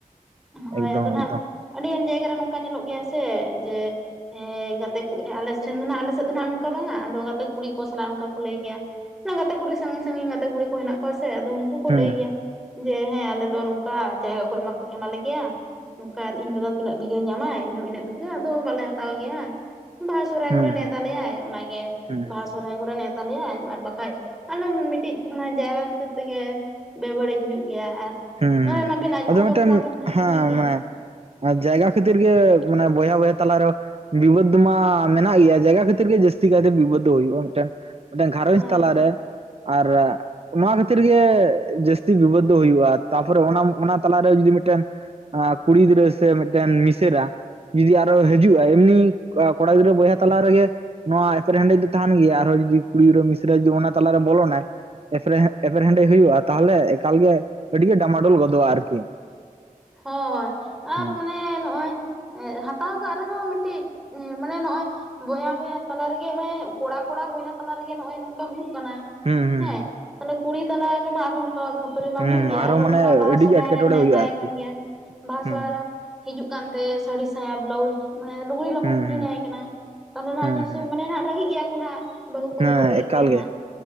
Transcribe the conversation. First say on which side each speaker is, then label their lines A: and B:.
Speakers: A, in the centre; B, on the right.
A: ᱦᱳᱭ
B: ᱮᱠᱫᱚᱢ
A: ᱟᱫᱚ ᱱᱟᱜ
B: ᱮᱠᱫᱚᱢ
A: ᱟᱹᱰᱤᱜᱟᱱ ᱡᱟᱭᱜᱟ ᱨᱮ ᱱᱚᱝᱠᱟ ᱧᱮᱞᱚᱜ ᱜᱮᱭᱟ ᱥᱮ, ᱡᱮ ᱦᱮᱸ ᱜᱟᱛᱮ ᱠᱚ ᱟᱞᱮ ᱥᱮᱱ ᱫᱚ ᱱᱟᱜ, ᱟᱞᱮ ᱥᱮᱫ ᱫᱚ ᱱᱟᱜ ᱚᱝᱠᱟ ᱵᱟᱝᱼᱟ᱾ ᱟᱫᱚ ᱜᱟᱛᱮ ᱠᱩᱲᱤ ᱠᱚ ᱥᱟᱞᱟᱜ ᱚᱝᱠᱟ ᱠᱚ ᱞᱟᱹᱭ ᱜᱮᱭᱟ᱾ ᱚᱱᱟ ᱜᱟᱛᱮ ᱠᱩᱲᱤ ᱥᱟᱹᱜᱤᱧ ᱥᱟᱹᱜᱤᱧ ᱜᱟᱛᱮ ᱠᱩᱲᱤ ᱠᱚ ᱦᱮᱱᱟᱜ ᱠᱚᱣᱟ ᱥᱮ᱾ ᱟᱫᱚᱢ ᱩᱱᱠᱩ ᱠᱚ
B: ᱦᱩᱸ
A: ᱞᱟᱹᱭ ᱜᱮᱭᱟ,
B: ᱦᱩᱸ
A: ᱡᱮ ᱦᱮᱸ ᱟᱞᱮ ᱫᱚ ᱱᱚᱝᱠᱟ ᱡᱟᱭᱜᱟ ᱠᱚ ᱮᱢᱟ ᱠᱚ ᱮᱢᱟ ᱞᱮ ᱜᱮᱭᱟ᱾ ᱱᱚᱝᱠᱟ ᱤᱧ ᱫᱟᱫᱟ ᱛᱤᱱᱟᱹᱜ ᱵᱤᱜᱷᱟᱹ ᱧᱟᱢᱟᱭ, ᱤᱧᱦᱚᱸ ᱩᱱᱟᱹᱜ ᱵᱤᱜᱷᱟᱹ ᱟᱫᱚ ᱵᱟᱞᱮ ᱦᱟᱛᱟᱣ ᱜᱮᱭᱟ᱾ ᱵᱟᱦᱟ ᱥᱚᱨᱦᱟᱭ
B: ᱦᱩᱸ
A: ᱠᱚᱨᱮ ᱱᱮᱣᱛᱟ
B: ᱦᱩᱸ
A: ᱞᱮᱭᱟᱭ ᱚᱱᱟᱜᱮ᱾
B: ᱦᱩᱸ ᱦᱩᱸ
A: ᱵᱟᱦᱟ ᱥᱚᱨᱦᱟᱭ ᱠᱚᱨᱮ ᱱᱮᱣᱛᱟ ᱞᱮᱭᱟᱭ, ᱟᱨ ᱵᱟᱠᱷᱟᱡ ᱟᱞᱚᱢ ᱢᱤᱫᱴᱤᱡ ᱚᱱᱟ ᱡᱟᱭᱜᱟ ᱠᱷᱟᱹᱛᱤᱨ ᱛᱮᱜᱮ᱾ ᱵᱮ ᱵᱟᱹᱲᱤᱡ ᱦᱩᱭᱩᱜ ᱜᱮᱭᱟ᱾ ᱟᱨ
B: ᱦᱮᱸ
A: ᱱᱚᱜᱼᱚᱭ ᱢᱟᱵᱮᱱ ᱟᱡᱚᱢ
B: ᱟᱫᱚ
A: ᱠᱷᱚᱵᱚᱨ᱾
B: ᱢᱤᱫᱴᱮᱱ
A: ᱠᱚᱢᱟᱵᱤᱱ
B: ᱦᱮᱸ
A: ᱟᱸᱡᱚᱢᱮᱫ ᱜᱮᱭᱟ
B: ᱢᱟᱱᱮ ᱡᱟᱭᱜᱟ ᱠᱷᱟᱹᱛᱤᱨ ᱜᱮ, ᱢᱟᱱᱮ ᱵᱚᱭᱦᱟ ᱵᱚᱭᱦᱟ ᱛᱟᱞᱟᱨᱮ᱾ ᱵᱤᱵᱟᱹᱫ ᱫᱚ ᱢᱟ ᱢᱮᱱᱟᱜ ᱜᱮᱭᱟ ᱡᱟᱭᱜᱟ ᱠᱷᱟᱹᱛᱤᱨ ᱜᱮ ᱡᱟᱹᱥᱛᱤ ᱠᱟᱭᱛᱮ ᱵᱤᱵᱟᱹᱫ ᱫᱚ ᱦᱩᱭᱩᱜᱼᱟ ᱢᱤᱜᱴᱮᱱ᱾ ᱢᱤᱴᱟᱝ ᱜᱷᱟᱨᱚᱸᱡ
A: ᱦᱳᱭ
B: ᱛᱟᱞᱟᱨᱮ᱾ ᱟᱨ ᱱᱚᱣᱟ ᱠᱷᱟᱹᱛᱤᱨ ᱜᱮ ᱡᱟᱹᱥᱛᱤ ᱵᱤᱵᱟᱹᱫ ᱫᱚ ᱦᱩᱭᱩᱜᱼᱟ᱾ ᱛᱟᱨᱯᱚᱨᱮ ᱚᱱᱟ ᱚᱱᱟ ᱛᱟᱞᱟᱨᱮ ᱡᱩᱫᱤ ᱢᱤᱜᱴᱮᱱ ᱠᱩᱲᱤ ᱜᱤᱫᱽᱨᱟᱹ, ᱥᱮ ᱢᱤᱜᱴᱮᱱ ᱢᱤᱥᱮᱨᱟ᱾ ᱡᱩᱫᱤ ᱟᱨᱚᱭ ᱦᱤᱡᱩᱜᱼᱟ, ᱮᱢᱱᱤ ᱠᱚᱲᱟ ᱜᱤᱫᱽᱨᱟᱹ ᱵᱚᱭᱦᱟ ᱛᱟᱞᱟ ᱨᱮᱜᱮ᱾ ᱱᱚᱣᱟ ᱮᱯᱮᱨᱦᱮᱰᱮᱡ ᱫᱚ ᱛᱟᱦᱮᱱ ᱜᱮᱭᱟ, ᱟᱨᱦᱚᱸ ᱡᱩᱫᱤ ᱠᱩᱲᱤ ᱜᱤᱫᱽᱨᱟᱹ ᱢᱤᱥᱨᱟ ᱡᱩᱫᱤ ᱚᱱᱟ ᱛᱟᱞᱟᱨᱮ ᱵᱚᱞᱚᱱᱟᱭ᱾ ᱮᱯᱮᱨ ᱮᱯᱮᱨᱦᱮᱸᱰᱮᱡ ᱦᱩᱭᱩᱜᱼᱟ, ᱛᱟᱦᱚᱸᱞᱮ ᱮᱠᱟᱞ ᱜᱮ ᱟᱹᱰᱤᱜᱮ ᱰᱟᱢᱟᱰᱳᱞ ᱜᱚᱫᱚᱜᱼᱟ ᱟᱨᱠᱤ᱾
A: ᱦᱚᱭ ᱟᱨ
B: ᱦᱮᱸ
A: ᱢᱟᱱᱮ ᱱᱚᱜᱼᱚᱭ ᱦᱟᱛᱟᱣ ᱠᱟᱜ ᱨᱮᱦᱚᱸ ᱢᱤᱜᱴᱤᱡ ᱢᱟᱱᱮ ᱱᱚᱜᱼᱚᱭ ᱵᱚᱭᱦᱟ ᱵᱚᱭᱦᱟ ᱛᱟᱞᱟ ᱨᱮᱜᱮ ᱢᱟᱱᱮ ᱠᱚᱲᱟ ᱠᱚᱲᱟ ᱵᱚᱭᱦᱟ ᱛᱟᱞᱟ ᱨᱮᱜᱮ ᱱᱚᱜᱼᱚᱭ ᱱᱚᱝᱠᱟ ᱦᱩᱭᱩᱜ ᱠᱟᱱᱟ᱾
B: ᱦᱮᱸ ᱦᱩᱸ᱾
A: ᱦᱮᱸ᱾ ᱛᱟᱦᱞᱮ ᱠᱩᱲᱤ ᱛᱟᱞᱟ ᱨᱮᱢᱟ ᱟᱨᱦᱚᱸ ᱚᱝᱠᱟ ᱠᱷᱟᱹᱯᱟᱹᱨᱤ ᱢᱟ
B: ᱦᱩᱸ
A: ᱦᱩᱭᱩᱜ ᱜᱮᱭᱟ,
B: ᱟᱨᱚ
A: ᱟᱨᱦᱚᱸ
B: ᱢᱟᱱᱮ
A: ᱩᱱᱤ ᱢᱟ ᱵᱟᱦᱟ
B: ᱟᱹᱰᱤ
A: ᱥᱚᱨᱦᱟᱭ
B: ᱜᱮ ᱮᱴᱠᱮᱴᱚᱬᱮ
A: ᱨᱮᱢ ᱱᱮᱣᱛᱟᱭᱮ
B: ᱦᱩᱭᱩᱜᱼᱟ ᱟᱨᱠᱤ
A: ᱜᱮᱭᱟ᱾ ᱵᱟᱦᱟ
B: ᱦᱩᱸ
A: ᱥᱚᱦᱚᱨᱟᱭ ᱨᱮᱢ, ᱦᱤᱡᱩᱜ ᱠᱟᱱᱛᱮ ᱥᱟᱹᱲᱤ, ᱥᱟᱭᱟ, ᱵᱞᱟᱭᱩᱡ, ᱢᱟᱱᱮ ᱞᱩᱜᱽᱲᱤ ᱞᱟᱯᱚᱢ
B: ᱦᱩᱸ
A: ᱠᱤᱨᱤᱧ
B: ᱦᱩᱸ
A: ᱟᱭ ᱠᱟᱱᱟ᱾ ᱛᱟᱦᱚᱞᱮ ᱱᱟᱜ
B: ᱦᱩᱸ
A: ᱱᱤᱥᱪᱳᱭ
B: ᱦᱩᱸ
A: ᱢᱟᱱᱮ ᱱᱟᱦᱟᱸᱜ ᱨᱟᱹᱜᱤᱜ ᱜᱮᱭᱟ ᱠᱚ ᱱᱟᱦᱟᱸᱜ᱾ ᱵᱟᱹᱦᱩ ᱠᱚᱫᱚ
B: ᱦᱮᱸ
A: ᱠᱚ ᱨᱟᱹᱜᱤᱜ
B: ᱮᱠᱟᱞ
A: ᱜᱮᱭᱟ ᱱᱟᱦᱟᱸᱜ᱾
B: ᱜᱮ